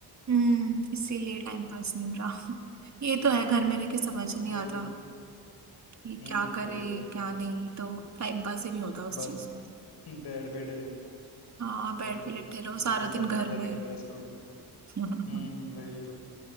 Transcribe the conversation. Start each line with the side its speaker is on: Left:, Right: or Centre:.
Right: हम्म इसीलिए टाइम पास नहीं हो रहा <laughs> ये
Left: हम्म
Right: तो है घर में रह के समझ ही नहीं
Left: वही
Right: आता
Left: तो
Right: कि
Left: हम्म
Right: क्या करे
Left: वही तो
Right: क्या नहीं तो टाइम पास ही नहीं होता उस
Left: बस
Right: चीज
Left: <laughs>
Right: में
Left: बेड पे डले
Right: हाँ बैठ
Left: डले
Right: के लेटे रहो सारा
Left: जितना
Right: दिन
Left: टाइम
Right: घर
Left: निकल रहा है,
Right: में
Left: निकल रहा है स्क्रॉल करते
Right: <laughs>
Left: हम्म वही तो